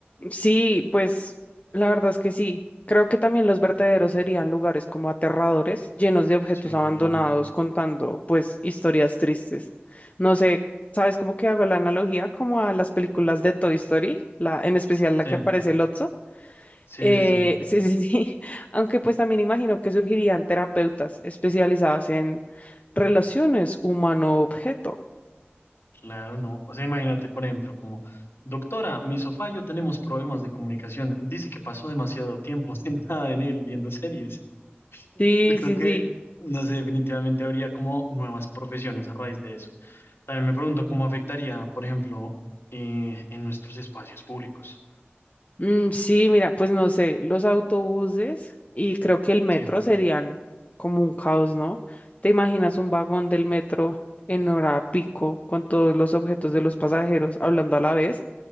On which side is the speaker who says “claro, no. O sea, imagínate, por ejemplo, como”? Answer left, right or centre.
Left